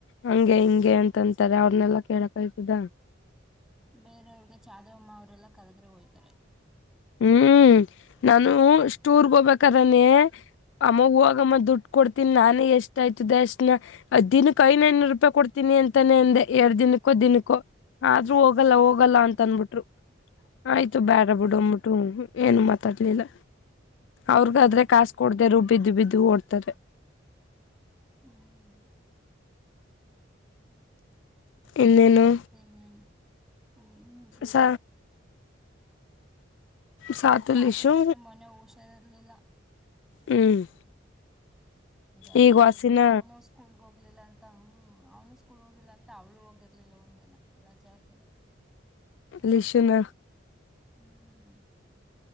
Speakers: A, on the left (about 65°); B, in the centre.
A: ಹಂಗೆ ಹಿಂಗೆ ಅಂತಂತಾರೆ ಅವ್ರನೆಲ್ಲಾ ಕೇಳಕ್ ಅಯ್ತದ
B: ಬೇರವ್ರಗೆ ಚಾದವಮ್ಮ ಅವರೆಲ್ಲ ಕರುದ್ರೆ ಹೋಯ್ತಾರೆ
A: ಹ್ಮ್ ನಾನು ಸ್ಟುರಿಗೋಗ್ಬೇಕಾದ್ರೆನೆ ಅಮ್ಮ ಹೂಗಮ್ಮ ಅಮ್ಮ ದುಡ್ಡು ಕೊಡ್ತಿನಿ ನಾನೇ ಎಷ್ಟ ಆಯ್ತುದೆ ಅಷ್ಟನ ದಿನುಕ್ ಐನೈನೂರೂಪಾಯಿ ಕೊಡ್ತೀನಿ ಅಂತಾನೇ ಅಂದೆ ಎರಡ್ ದಿನಕ್ಕೋ ದಿನುಕ್ಕೋ ಆದ್ರೂ ಹೋಗಲ್ಲ ಹೋಗಲ್ಲ
B: ಹ್ಮ್
A: ಅಂತ ಅನ್ಬಿಟ್ರು ಆಯ್ತು ಬೇಡ
B: ಹ್ಮ್
A: ಬಿಡು ಅಂದ್ಬಿಟ್ಟು ಏನು ಮಾತಾಡ್ಲಿಲ್ಲ ಅವ್ರಗಾದ್ರೆ
B: ಹ್ಮ್
A: ಕಾಸ್ ಕೊಡ್ದೆ ಇದ್ರೂ ಬಿದ್ದು ಬಿದ್ದು ಓಡ್ತಾರೆ
B: ಹ್ಮ್ ಹಂಗೆ
A: ಇನ್ನೇನು
B: ಮತ್ತೆ ಇನ್ನೇನೋ ಏನು ಇಲ್ಲ
A: ಸ ಸಾತು
B: ಸಾತುಗ್
A: ಲಿಶು
B: ಬೇರೆ ಮೊನ್ನೆ ಹುಷಾರಿರ್ಲಿಲ್ಲ
A: ಹ್ಮ್
B: ಜ್ವರ
A: ಈಗ
B: ಬಂದ್ಬಿಟ್ಟಿತ್ತು
A: ವಾಸಿನ
B: ಅವನು ಸ್ಕೂಲ್ಗೆ ಹೋಗಿ ಹೋಗ್ಲಿಲ್ಲ ಅಂತ್ಮ ಅವ್ನು ಸ್ಕೂಲ್ಗ್ ಹೋಗಿಲ್ಲ ಅಂತ ಅವ್ಳು ಹೋಗಿರ್ಲಿಲ್ಲ ಒಂದಿನ ರಜಾ ಹಾಕಿದ್ಲು
A: ಲಿಶು ನಾ
B: ಹ್ಮ್